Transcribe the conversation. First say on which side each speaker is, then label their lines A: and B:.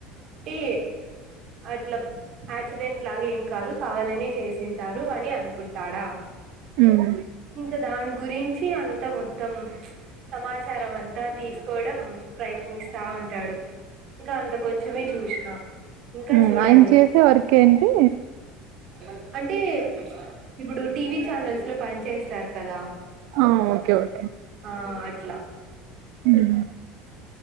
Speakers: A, on the right; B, on the right.
A: అంటే అట్లా యాక్సిడెంట్ లాగా ఏమి కాదు కావాలనే చేసింటారు అని అ కుంటాడా
B: ఉమ్
A: ఇంకా దాని గురిం వచ్చి అంత మొత్తం సమాచారం అంతా తీసుకోవడం ప్రయత్నిస్తా ఉంటాడు ఇంకా అంత కొంచమే చూసిన ఇంకా
B: ఉమ్
A: చూడాలి
B: ఆయన చేసే వర్క్ ఏంటి
A: <unintelligible> అంటే ఇప్పుడు టీవీ ఛానల్స్ లో పని చేస్తారు కదా
B: ఆ ఓకే ఓకే
A: ఆ అట్లా
B: ఉమ్